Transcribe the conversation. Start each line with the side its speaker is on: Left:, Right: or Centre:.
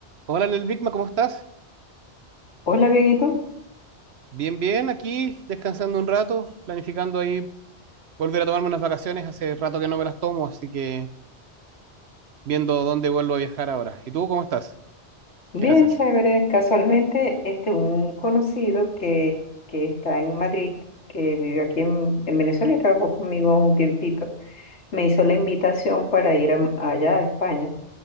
Right: Hola, Lel Bigma, ¿cómo estás?
Left: Hola, bien, ¿y tú?
Right: Bien, bien, aquí descansando un rato, planificando ahí volver a tomarme unas vacaciones. Hace rato que no me las tomo, así que viendo dónde vuelvo a viajar ahora. ¿Y tú cómo estás?
Left: Bien,
Right: ¿Qué haces?
Left: chévere. Casualmente, este, un conocido que, que está en Madrid, que vivió aquí en, en Venezuela y trabajó conmigo un tiempito, me hizo la invitación para ir a- allá a España.